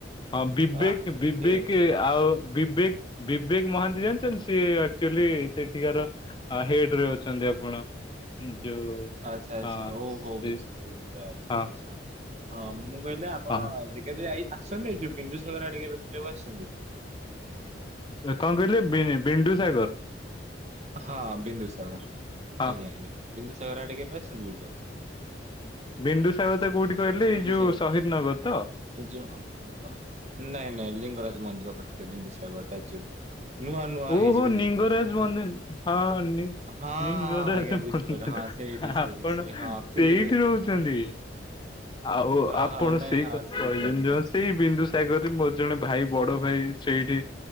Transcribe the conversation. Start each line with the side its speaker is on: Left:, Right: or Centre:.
Left: ହଁ ବିବେକ
Right: ଆ
Left: ବିବେକ
Right: ସିଏ
Left: ଆଉ ବିବେକ ବିବେକ ମହାନ୍ତି ଜାଣିଛନ୍ତି ସିଏ ଆଚୁଲି ସେଠିକାର ହେଡ ରେ ଅଛନ୍ତି ଆପଣ ଯୋଉ
Right: ଆଚ୍ଛା ଆଚ୍ଛା
Left: ହଁ
Right: ଓ ହୋ
Left: ସେ
Right: ବୁଝିଲି। ଆଚ୍ଛା
Left: ହଁ
Right: ଆଚ୍ଛା ହଁ ମୁଁ କହିଲି ଆପଣ
Left: ହଁ
Right: ଯେ କେବେ ଆଇ ସନ୍ଦୀ ଯୋଉ ବିନ୍ଦୁ ସାଗର ଆଡେ କେବେ ବୁଲିବା କୁ ଆସିୁଛନ୍ତି?
Left: କଣ କହିଲେ ଵି -ବିଣ୍ଡୁ ସାଗର।
Right: ହଁ ବିିନ୍ଦୁ ସାଗର।
Left: ହଁ
Right: ଆଜ୍ଞା ଆଜ୍ଞା ବିନ୍ଦୁ ସାଗର ଆଡେ କେବେ ଆସିଛନ୍ତି ବୁଲିବାକୁ?
Left: ବିଣ୍ଡୁ ସାଗର ଟା କୋଉଠି କହିଲେ
Right: ବିନ୍ଦୁସାଗର
Left: ଏଇ ଯୋଉ ଶହିଦ ନଗର ତ? <inaudible>
Right: ଏ ଯୋଉ ଅ, ନାଇଁ ନାଇଁ ଲିଙ୍ଗରାଜ ମନ୍ଦିର ପାଖରେ ବିନ୍ଦୁସାଗର ଟା ଯୋ ନୂଆ ନୂଆ
Left: ଓହୋ
Right: ହେଇଛି
Left: ନିଙ୍ଗରାଜ ମନ ହଁ ନି
Right: ହଁ ହଁ
Left: <unintelligible>
Right: ଆଜ୍ଞା ବୁଝିପାରିଲି ହଁ ସେଇଠି
Left: ଆପଣ
Right: ସେଇ ସେ ହଁ ଫ୍ରି
Left: ସେଇଠି
Right: ହୋଇନି
Left: ରହୁଛନ୍ତି?
Right: ଆଜ୍ଞା।
Left: ଆଉ
Right: ଓହୋ
Left: ଆପଣ
Right: ନାଇଁ
Left: ସେଇ
Right: ହଁ
Left: କଥା
Right: ସେଇଠି
Left: କହିବେନି
Right: ଆମେ ଅଛୁ
Left: ସେଇ ବିନ୍ଦୁସାଗରରେ ମୋର ଜଣେ ଭାଇ ବଡ ଭାଇ ସେଇଠି